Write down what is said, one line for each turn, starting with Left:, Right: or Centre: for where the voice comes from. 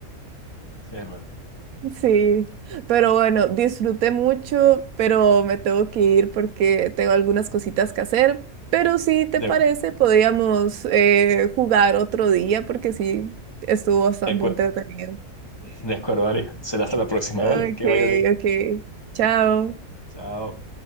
Left: qué bueno.
Right: Sí, pero bueno, disfruté mucho, pero me tengo que ir porque tengo algunas cositas que hacer. Pero si te
Left: De,
Right: parece, podríamos eh, jugar otro día porque sí, estuvo bastante
Left: de, acue-
Right: entretenido.
Left: de acuerdo, Ari. Será hasta la próxima,
Right: Ok,
Left: ¿vale? Que vaya bien.
Right: ok, chao.
Left: Chao.